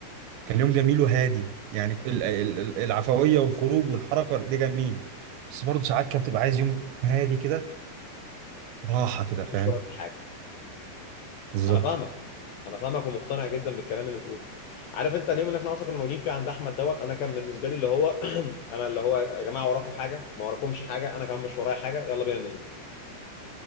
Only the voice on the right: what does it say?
كان يوم جميل وهادي يعني ال- ال- ال- العفويه والخروج والحركه ده جميل بس برضو ساعات كده بتبقى عايز يوم هادي كده راحه كده فاهم
بالظبط